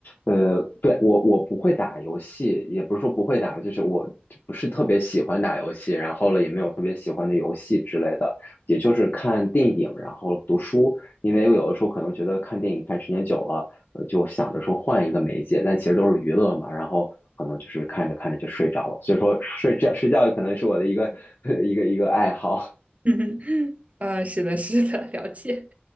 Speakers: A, on the left; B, on the right.
A: 呃，对，我我不会打游戏，也不是说不会打，就是我不是特别喜欢打游戏，然后了也没有特别喜欢的游戏之类的，也就是看电影，然后读书，因为我有的时候可能觉得看电影看时间久了，呃就想着说换一个媒介，但其实都是娱乐嘛，然后可能就是看着看着就睡着了，所以说睡觉睡觉可能是我的一个 <laughs> 一个一个爱好。
B: <laughs> 嗯，呃是的，是的，了解。